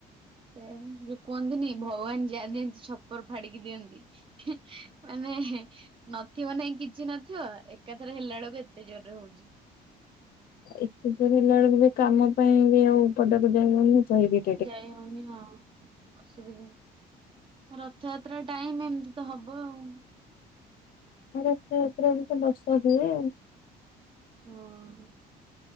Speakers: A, on the right; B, on the left.
A: ସେମ୍ ଯୋଉ କୁହନ୍ତିନି ଭଗବାନ ଯାହା ଦିଅନ୍ତି ଛପର ଫାଡିକି ଦିଅନ୍ତି। ହିଁ ମାନେ ନଥିବ ନାଇଁ କିଛି ନଥିବ ଏକାଥରେ ହେଲା ବେଳକୁ ଏତେ ଜୋର ରେ ହଉଚି।
B: ଏତେ ଯୋରରେ ହେଲା ବେଳକୁ ବି କାମ ପାଇଁ ବି ଆଉ ପଦା କୁ ଯାଇ ହଉନି ଚହିବି
A: ଯାଇ ହଉନି ହଁ। ଅସୁବି ରଥଯାତ୍ରା ଟାଇମ ଏମିତି ତ ହବ ଆଉ।
B: ହଁ ରଥ ଯାତ୍ରା ଏମତି ତ ବର୍ଷା ହୁଏ।
A: ହଁ।